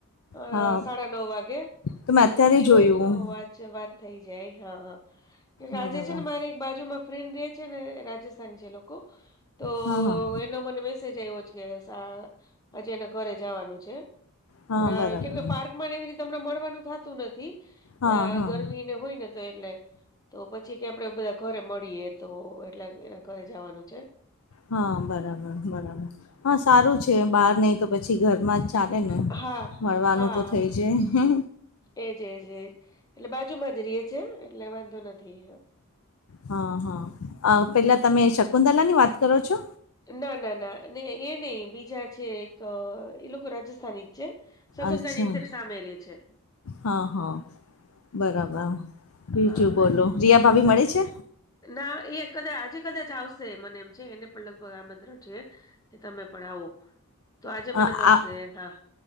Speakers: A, on the left; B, on the left.
A: અ
B: હા
A: સાડા નવ વાગે
B: તો
A: અને
B: મેં
A: એમ
B: અત્યારે
A: કે ફ્રી
B: જોયું
A: હોય ને તો વાત વાત થઈ જાય હા કે
B: બરાબર
A: આજે છે ને મારે બાજુમાં ફ્રેન્ડ રે છે ને રાજસ્થાન છે લોકો તો
B: હા હા
A: એનો મને મેસેજ આવ્યો છે. આ આજે એના ઘરે જવાનું છે
B: હા
A: હમણાં
B: બરાબર
A: કેમ પાર્કમાં એવી રીતે તમને મળવાનું થાતું નથી
B: હા
A: અ
B: હા
A: ગરમીને હોય ને તો એટલે તો પછી કે આપડે બધા ઘરે મળીએ તો એટલા એના ઘરે જવાનું છે
B: હા બરાબર બરાબર હા સારું છે બહાર નહી તો પછી ઘરમાં જ ચાલે ને
A: હા,
B: મળવાનું
A: હા,
B: તો
A: હા.
B: થઈ જાય
A: એજ, એજ એટલે બાજુમાં જ રહીએ છે એટલે વાંધો નથી.
B: હા, હા અ પેલા તમે શકુંતલાની વાત કરો છો?
A: ના, ના એ નહી બીજા છે એક એ લોકો રાજસ્થાની જ છે. શકુંતલાની
B: અચ્છા
A: એકક્ઝટ સામે રહે છે.
B: હા, હા બરાબર બીજું
A: હા
B: બોલો
A: એટલે
B: રિયા
A: નગળે
B: ભાભી મળે છે?
A: ના, એ કદાચ આજે કદાચ આવશે મને એમ છે, એને પણ લગભગ આમંત્રણ છે તમે પણ આવો તો આજે મને
B: અ,
A: મળશે,
B: આ
A: હા.